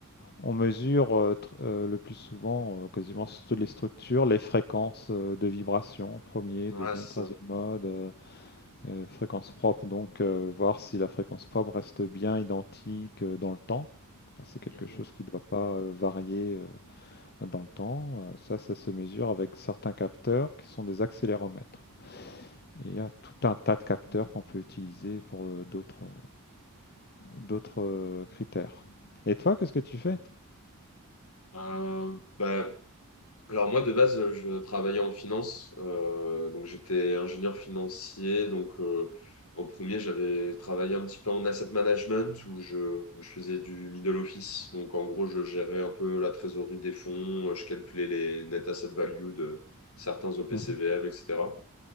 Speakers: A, on the left; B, on the left.
A: on mesure euh, tr- euh, le plus souvent, euh, quasiment sur toutes les structures, les fréquences euh, de vibration, premier,
B: Ouais,
A: deuxième,
B: c'est
A: troisième
B: ça.
A: mode, euh, Euh, fréquence propre, donc euh, voir si la fréquence propre reste bien identique euh, dans le temps. C'est quelque
B: Mhm.
A: chose qui ne doit pas euh, varier euh, dans le temps. Euh, ça, ça se mesure avec certains capteurs qui sont des accéléromètres. Et il y a tout un tas de capteurs qu'on peut utiliser pour euh, d'autres euh, d'autres euh, critères. Et toi, qu'est-ce que tu fais?
B: Euh, bah, Alors moi de base je travaillais en finance, euh, donc j'étais ingénieur financier, donc euh, en premier j'avais travaillé un petit peu en asset management où je, où je faisais du middle office, donc en gros je gérais un peu la trésorerie des fonds, euh, je calculais les net asset value de certains OPCVM,
A: Mhm.
B: etc.